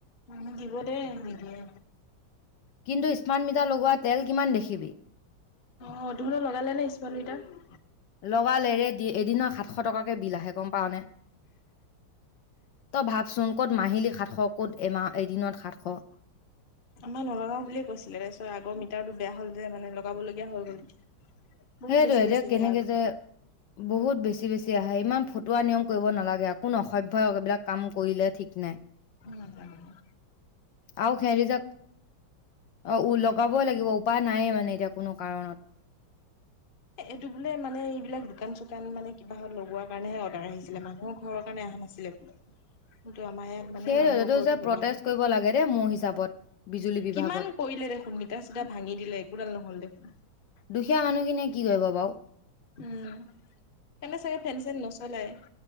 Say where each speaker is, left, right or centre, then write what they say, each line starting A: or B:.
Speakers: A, on the left; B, on the left.
A: উম, দিব দে নিদিয়ে।
B: কিন্তু স্মাৰ্ট মিটাৰ লগোৱা তেল কিমান দেখিবি।
A: অঁ' তহঁতৰ লগালে নে স্মাৰ্ট মিটাৰ?
B: লগালে ৰে এদিনৰ সাতশ টকাকে বিল আহে গম পাওঁনে। তই ভাবচোন ক'ত মাহিলী সাতশ ক'ত এমাহ, এদিনত সাতশ।
A: আমাৰ নলগাও বুলিয়ে কৈছিলে তাৰপিছত আগৰ মিটাৰটো বেয়া হ'ল যে মানে লগাব লগীয়া হৈ গ'ল। বহুত
B: সেইটোৱে,
A: বেছি
B: এতিয়া
A: বেছি
B: কেনেকে
A: আহে আগতকৈ।
B: যে বহুত বেছি বেছি আহে ইমান ফটুৱা নিয়ম কৰিব নালাগে। কোন অসভ্যয় এইবিলাক কাম কৰিলে ঠিক নাই।
A: উমঁ' <unintelligible>
B: আৰু <unintelligible> উ লগাবই লাগিব উপায় নাই মানে এতিয়া কোনো কাৰণত।
A: এইটো বোলে মানে এইবিলাক দোকান চোকান মানে কিবা হত লগোৱা কাৰণেহে আদাৰ আহিছিলে মানুহৰ ঘৰৰ কাৰণে অহা নাছিলে বুলে। কিন্তু আমাৰ ইয়াত মানে
B: সেইটো
A: মানুহৰ ঘৰতে
B: যে
A: লগোৱা
B: প্ৰটেষ্ট
A: হয় এইটো।
B: কৰিব লাগে দেই মোৰ হিচাপত বিজুলী বিভাগত
A: কিমান কৰিলে দেখোন মিটাৰ চিটা ভাঙি দিলে একোডাল নহ'ল দেখোন।
B: দুখীয়া মানুহখিনিয়ে কি কৰিব বাৰু।
A: উমঁ' সিহঁতে চাগে ফেন চেন নচলাই।